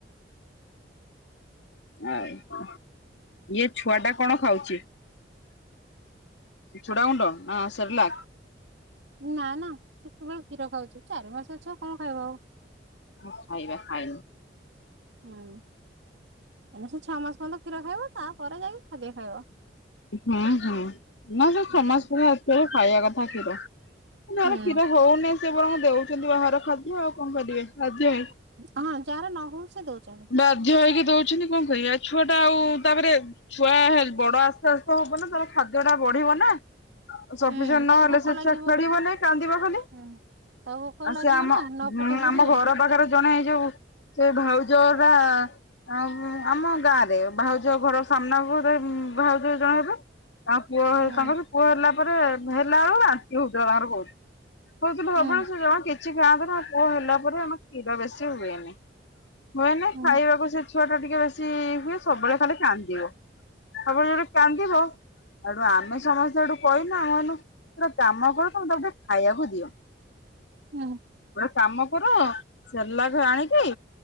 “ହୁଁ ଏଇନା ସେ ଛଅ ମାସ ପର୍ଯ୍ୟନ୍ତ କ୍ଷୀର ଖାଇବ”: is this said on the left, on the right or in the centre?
Right